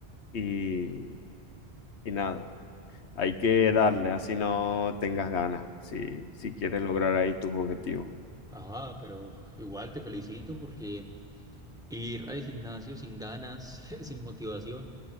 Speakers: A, on the left; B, in the centre.
A: y, y nada, hay que darle, así no tengas ganas, si, si quieres lograr ahí tus objetivos.
B: Ah, pero igual te felicito porque ir al gimnasio sin ganas, <laughs> sin motivación,